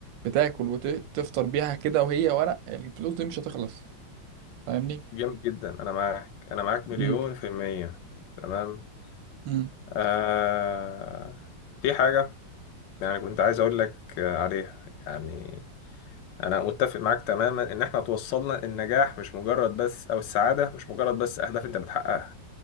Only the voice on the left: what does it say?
جامد جدا انا معاك انا معاك مليون
في المية تمام
آه... في حاجة يعني كنت عايز اقول لك آه، عليها يعني انا متفق معاك تماما ان احنا توصلنا النجاح مش مجرد بس او السعاده مش مجرد بس اهداف انت بتحققها